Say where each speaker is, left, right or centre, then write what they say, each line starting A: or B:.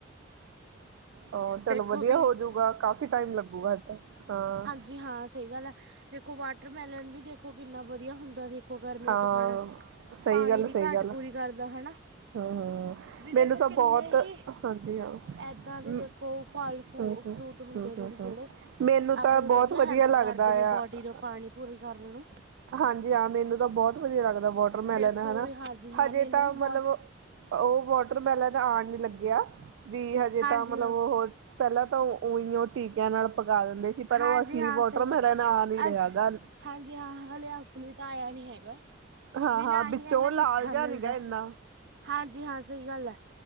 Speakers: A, on the right (about 75°); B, on the right (about 60°).
A: ਉਹ ਚਲੋ
B: ਦੇਖੋ
A: ਵਧੀਆ
B: ਵੀ
A: ਹੋਜੂਗਾ ਕਾਫੀ ਟਾਈਮ ਲਗੂਗਾ ਇੱਦ ਹਾਂ-
B: ਜੀ ਹਾਂ ਸਹੀ ਗੱਲ ਹੈ। ਦੇਖੋ ਵਾਟਰਮੈਲਨ ਵੀ ਦੇਖੋ ਕਿਨਾ ਵਧੀਆ ਹੁੰਦਾ। ਦਾ ਦੇਖੋ ਗਰਮੀਆਂ
A: ਹਾਂ
B: 'ਚ ਖਾਣਾ
A: ਸਹੀ
B: ਪਾਣੀ
A: ਗੱਲ
B: ਦੀ
A: ਸਹੀ
B: ਘਾਟ
A: ਗੱਲ
B: ਪੂਰੀ ਕਰਦਾ ਹਨਾ।
A: ਹਮ ਹਮ
B: ਵੀ ਦੇਖੋ
A: ਮੈਨੂੰ ਤਾਂ
B: ਕਿੰਨੇ
A: ਬਹੁਤ
B: ਹੀ
A: ਹਾਂਜੀ ਹਾਂ
B: ਏਦਾਂ ਦੇ
A: ਹਮ
B: ਦੇਖੋ- ਖੋ ਫਲ ਫੂ
A: ਹਮ ਹਮ
B: ਫਰੂਟ ਹੁੰਦੇ
A: ਹਮ
B: ਨੇ
A: ਹਮ
B: ਵੀ
A: ਹਮ
B: ਜਿਹੜੇ
A: ਮੈਨੂੰ ਤਾਂ
B: ਆਪਣੀ
A: ਬਹੁਤ
B: ਵਧੀਆ ਹੈਲਪ
A: ਲੱਗਦਾ
B: ਕਰਦੇ ਨੇ ਬੋਡੀ-
A: ਆ
B: ਜੋ ਪਾਣੀ ਪੂਰੀ ਕਰ ਲੈਣ-
A: ਹਾਂਜੀ ਹਾਂ ਮੈਨੂੰ ਤਾਂ ਬਹੁਤ ਵਧੀਆ ਲੱਗਦਾ ਵਾਟਰਮੈਲਨ
B: ਦੇਖੋ
A: ਹਨਾ
B: ਵੀ ਹਾਂਜੀ ਹਾਂ
A: ਹਜੇ
B: ਮੈਨੂੰ
A: ਤਾਂ
B: ਵੀ
A: ਮਤਲਬ-
B: ਬਹੁਤ
A: ਉਹ ਵਾਟਰਮੈਲਨ ਆਉਣ ਨੀ ਲੱਗਿਆ ਵੀ ਹਜੇ
B: ਹਾਂਜੀ
A: ਤਾਂ ਮਤਲਬ
B: ਹਾਂ
A: ਉਹ- ਪਹਿਲਾਂ ਤਾਂ ਉਹੀਆਂ ਉਹ ਟੀਕਿਆਂ ਨਾਲ ਪਕਾ ਦਿੰਦੇ ਸੀ। ਪਰ
B: ਹਾਂਜੀ
A: ਉਹ ਅਸਲੀ
B: ਹਾਂ
A: ਵੋਟਰ
B: ਸਹੀ ਗੱਲ
A: ਮੈਲਨ ਆ ਨੀ ਰਿਹਾ
B: ਅਸ
A: ਗਾ।
B: ਹਾਂਜੀ ਹਾਂ ਹਲੇੇ, ਉਸ ਲਈ ਤਾਂ ਆਇਆ ਨੀ ਹੈਗਾ।
A: ਹਾਂ
B: ਬ
A: ਹਾਂ
B: ਨਾ
A: ਵਿੱਚੋਂ
B: ਅਸੀਂ ਇਨਾ ਮਿੱਠਾ
A: ਲਾਲ ਜਿਹਾ
B: ਮਿਲਦਾ
A: ਨੀ ਗਾ ਇੰਨਾ
B: ਹਾਂਜੀ ਹਾਂ ਸਹੀ ਗੱਲ ਐ।